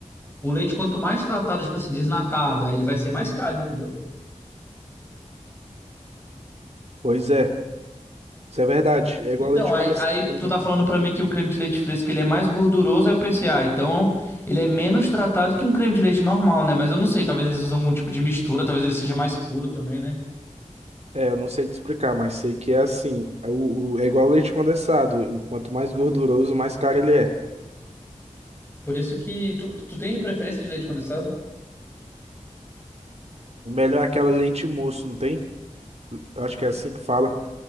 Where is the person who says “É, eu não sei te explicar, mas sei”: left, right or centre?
Right